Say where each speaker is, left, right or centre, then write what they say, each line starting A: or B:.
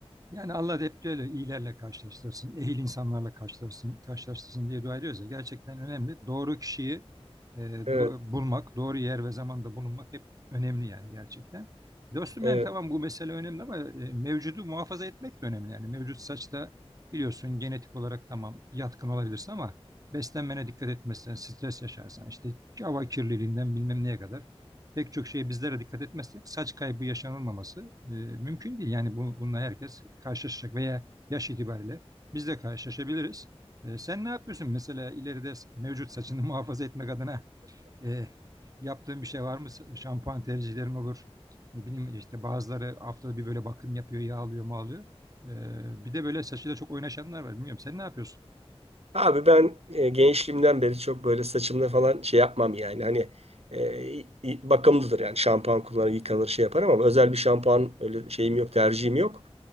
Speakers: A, on the right; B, on the right.
A: Yani Allah da hep böyle iyilerle karşılaştırsın, ehil insanlarla karşılaştırsın, karşılaştırsın diye dua ediyoruz ya gerçekten önemli. Doğru kişiyi e, do-
B: Evet,
A: bulmak, doğru yer ve zamanda bulunmak hep önemli yani gerçekten. Dostum
B: evet.
A: yani tamam bu mesele önemli ama e, mevcudu muhafaza etmek de önemli yani. Mevcut saçta biliyorsun genetik olarak tamam yatkın olabilirsin ama beslenmene dikkat etmezsen, stres yaşarsan işte hava kirliliğinden bilmem neye kadar pek çok şeye bizlere dikkat etmezsek saç kaybı yaşanılmaması e, mümkün değil. Yani bu, bununla herkes karşılaşacak veya yaş itibariyle biz de karşılaşabiliriz. E, sen ne yapıyorsun mesela ileride s- mevcut saçını <laughs> muhafaza etmek adına e, yaptığın bir şey var mı? S- Şampuan tercihlerin olur. Ne bileyim işte bazıları haftada bir böyle bakım yapıyor, yağlıyor, mağlıyor. E, bir de böyle saçıyla çok oynaşanlar var. Bilmiyorum sen ne yapıyorsun?
B: Abi ben e, gençliğimden beri çok böyle saçımda falan şey yapmam yani. Hani e, i- i- bakımlıdır yani şampuan kullanır, yıkanır şey yaparım ama özel bir şampuan öyle şeyim yok, tercihim yok.